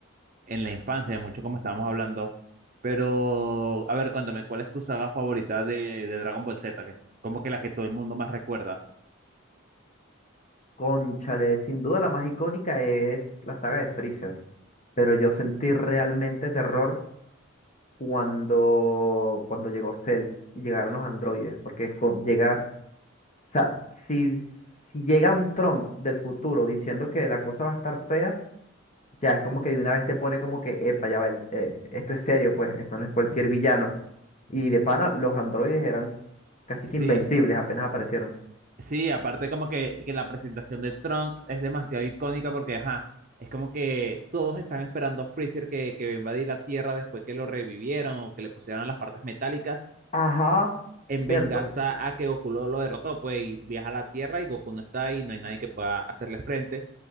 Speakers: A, on the right (about 40°); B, on the left (about 35°).
A: en la infancia, mucho como estábamos hablando. Pero, a ver, cuéntame, ¿cuál es tu saga favorita de, de Dragon Ball Z? Que es como que la que todo el mundo más recuerda.
B: Cónchale, sin duda la más icónica es la saga de Freezer, pero yo sentí realmente terror cuando, cuando llegó Cell y llegaron los androides, porque jo- llega, o sea, si, si llega un Trunks del futuro diciendo que la cosa va a estar fea, ya es como que de una vez te pone como que, epa, ya va, el- eh, esto es serio, pues, esto no es cualquier villano. Y de pana, los androides eran casi
A: Sí,
B: que invencibles, apenas aparecieron.
A: Sí, aparte como que, que la presentación de Trunks es demasiado icónica porque, ajá, es como que todos están esperando a Freezer que, que va a invadir la Tierra después que lo revivieron o que le pusieron las partes metálicas
B: Ajá,
A: en
B: cierto,
A: venganza a que Goku lo, lo derrotó, pues y viaja a la Tierra y Goku no está ahí, no hay nadie que pueda hacerle frente.